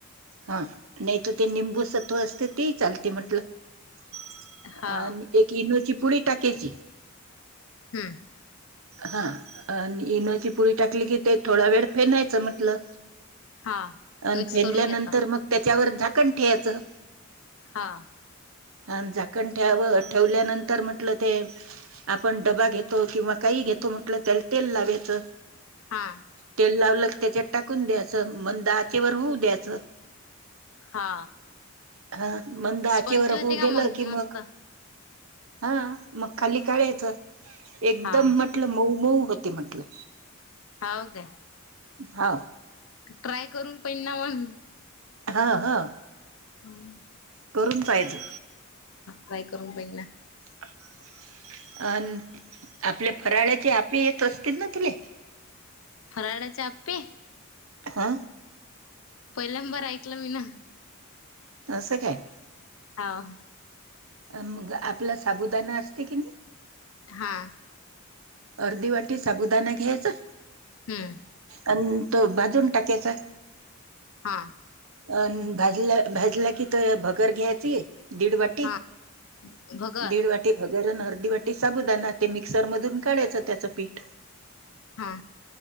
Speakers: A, on the right; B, on the left.
A: हा नाही तर ते निंबूसत्व असते तेही चालते म्हटलं
B: हा
A: आणि एक इनो ची पुडी टाक्याची
B: हम्म
A: हा आणि इनोची पुडी टाकली की ते थोडा वेळ फेनायचं म्हटलं
B: हा
A: अ
B: मिक्स
A: फेडल्यानंतर
B: करून घ्यायचा
A: मग त्यांच्यावर झाकण ठेवायचं
B: हा
A: ह झाकण ठेवल्यानंतर म्हटलं ते आपण डबा घेतो किंवा काही घेतो म्हटल त्याला तेल लावाच
B: हा
A: तेल लावल त्यांच्यात टाकून द्यायचं मग आचेवर होऊ द्यायचं
B: हा
A: हा मंद आचीवर
B: स्पंच होते
A: होऊ
B: का
A: दिलं की
B: मस्त
A: मग हा मग खाली का काढयचे
B: हा
A: एकदम म्हटलं मऊ मऊ होती म्हटलं
B: हो का
A: हा
B: ट्राय करून पण ना म्हण
A: हा हा
B: हम्
A: करून पाहिचे
B: काय करून पहि ना
A: <unintelligible> अ आपल्या फराळ्याचे आपी येत असतील ना तुले
B: फराळाच्या आपे
A: हा
B: पहिल्यांबर ऐकलं मी ना
A: अससं काय
B: ह
A: अ मग आपला साबुदाणा असते की नाही
B: हा
A: अर्धी वाटी साबुदाणा घ्यायचा
B: हम्म
A: आणि तो भाजून टाकायचा
B: हा
A: अं भाजला भाजला की भगर घ्यायची दीड वाटी
B: हा भगर
A: दीड वाटी गरण अर्धी वाटी साबुदाना ते मिक्सर मधून काढायचं त्याचं पीठ
B: हा